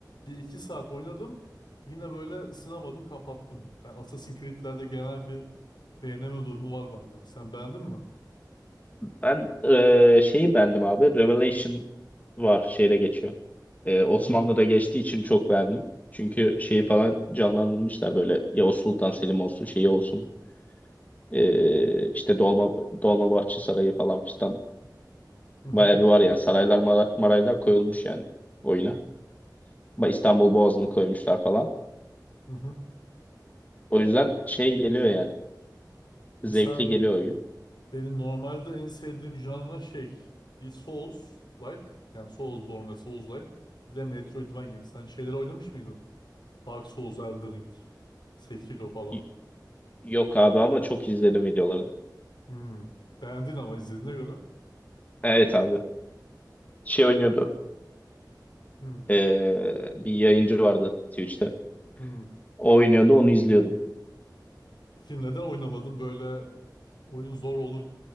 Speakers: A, on the left; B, on the left.
A: bir iki saat oynadım. Yine böyle ısınamadım kapattım. Ben Assassin's Creed'lerde genel bir beğeneme durumu var bende. Sen beğendin mi?
B: Ben e, şeyi beğendim abi. Revelation var şeyde geçiyor. E, Osmanlı'da
A: Hı
B: geçtiği için çok beğendim. Çünkü şeyi falan canlandırmışlar böyle Yavuz Sultan Selim olsun şeyi olsun. Ee, işte Dolma Dolmabahçe Sarayı falan fistan
A: hı hı.
B: bayağı bir var yani saraylar mara- maraylar koyulmuş yani oyuna. Ba- İstanbul Boğazı'nı koymuşlar falan.
A: hı. hı.
B: O yüzden şey geliyor yani
A: Peki
B: zevkli
A: sen
B: geliyor oyun.
A: Benim normalde en sevdiğim janra şey bir Souls-like yani Soulsborne ve Souls-like bir de Metroidvania. Sen şeyleri oynamış mıydın? Dark Souls, Elden Ring, Sekiro falan.
B: Y- Yok abi ama çok izledim videolarını.
A: Hmm. Beğendin ama izlediğine göre.
B: Evet abi şey oynuyordu
A: Hmm.
B: ee, bir yayıncı vardı Twitch'te.
A: Hmm.
B: O oynuyordu onu izliyordum.
A: Peki neden oynamadın böyle oyun zor olur